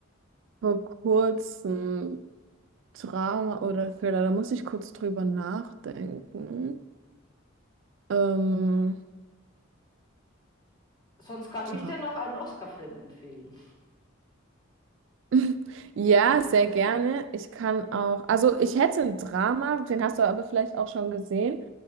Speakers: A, on the right; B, on the left.
A: vor kurzem Drama oder Thriller, da muss ich kurz drüber nachdenken. Ähm,
B: Sonst kann
A: Dra
B: ich dir noch einen Oscar-Film empfehlen.
A: <laughs> Ja, sehr gerne. Ich kann auch, also ich hätte ein Drama, den hast du aber vielleicht auch schon gesehen.